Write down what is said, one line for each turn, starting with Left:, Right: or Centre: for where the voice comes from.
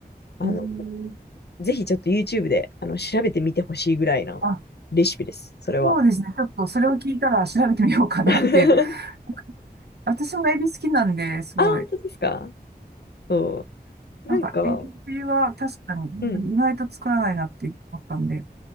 Left: あの、
Right: ん
Left: ぜひちょっと YouTube で、あの、調べてみてほしいぐらいなレシピです、
Right: あ、
Left: それは。
Right: そうですね。ちょっとそれを聞いたら調べてみようかなっていう。
Left: <laughs>
Right: <laughs> 私もエビ好きなんで、すごい。
Left: あ、本当ですかそう。
Right: なんか、
Left: なんか、
Right: エビは確かに意外と作らないなって思ったんで。
Left: うん。